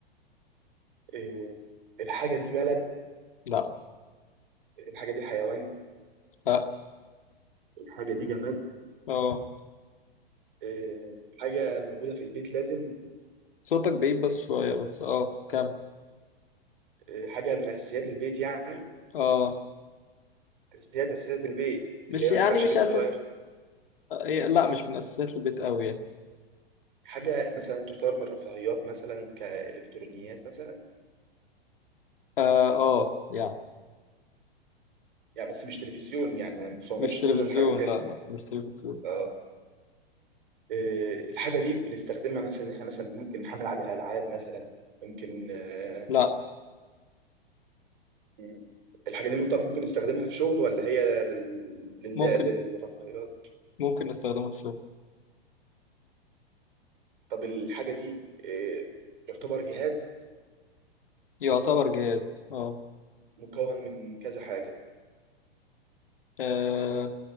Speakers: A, on the right (about 55°); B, on the left (about 60°).
A: إيه الحاجة دي بلد
B: لا
A: الحاجة دي حيوان
B: اه
A: الحاجة دي جماد
B: اه
A: إيه حاجة موجودة في البيت لازم
B: صوتك بعيد بس شوية بس اه كم
A: إيه حاجة من أساسيات البيت يعني
B: اه
A: أساسيات أساسيات البيت
B: مش
A: اللي هي ما
B: يعني
A: ينفعش
B: مش
A: بيت
B: أساس
A: يتغير
B: آه، إيه، لا مش من أساسات البيت أوي يعني
A: حاجة مثلا تعتبر من الرفاهيات مثلا كإلكترونيات مثلا
B: اه آه، يعني
A: يعني بس مش تلفزيون يعني ما بتصنفش
B: مش تلفزيون
A: ضمن الحاجات
B: لا لا مش تلفزيون
A: اه إيه الحاجة دي بنستخدمها مثلا إن إحنا مثلا ممكن نحمل عليها ألعاب مثلا ممكن آه،
B: لا
A: مم. الحاجة دي طب ممكن نستخدمها في شغل ولا هي لل... لل...
B: ممكن
A: للرفاهيات
B: ممكن نستخدمه في الشغل
A: طب الحاجة دي إيه، يعتبر جهاز
B: يعتبر جهاز اه
A: مكون من كذا حاجة
B: آه،